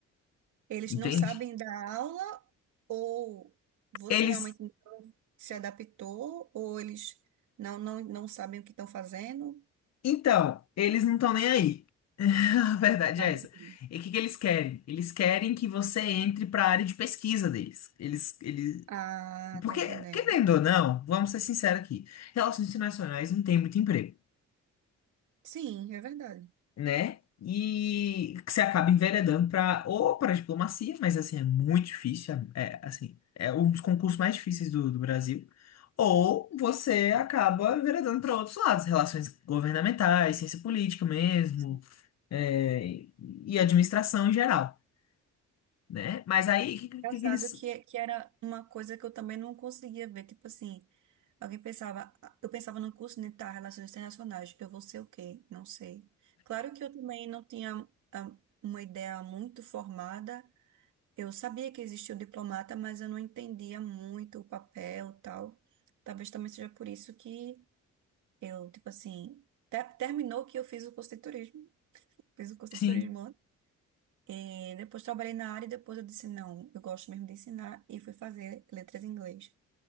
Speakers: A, on the right; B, on the left.
A: Eles
B: entende?
A: não sabem dar aula ou você
B: Eles
A: realmente não se adaptou ou eles não, não, não sabem o que estão fazendo?
B: Então, eles não estão nem aí. <laughs> A verdade
A: Ah,
B: é
A: entendi.
B: essa. E o que que eles querem? Eles querem que você entre para a área de pesquisa deles. Eles, eles...
A: Ah,
B: Porque,
A: tô entendendo.
B: querendo ou não, vamos ser sinceros aqui, relações internacionais não tem muito emprego,
A: Sim, é verdade.
B: né? E que você acaba enveredando para ou para diplomacia, mas assim, é muito difícil, é, é, assim, é um dos concursos mais difíceis do, do Brasil. Ou você acaba enveredando para outros lados, relações governamentais, ciência política mesmo
A: Sim.
B: é, e administração em geral, né? Mas aí, o que,
A: Engraçado
B: que, que eles...
A: que, é, que era uma coisa que eu também não conseguia ver, tipo assim. Alguém pensava, "Ah, eu pensava no curso, né, tá, Relações Internacionais, eu vou ser o quê? Não sei. Claro que eu também não tinha ah, uma ideia muito formada. Eu sabia que existia o diplomata, mas eu não entendia muito o papel, e tal. Talvez também seja por isso que eu, tipo assim, ter- terminou que eu fiz o curso de turismo. Fiz o curso
B: Sim.
A: de turismo lá. E depois trabalhei na área e depois eu disse, não, eu gosto mesmo de ensinar e fui fazer letras em inglês.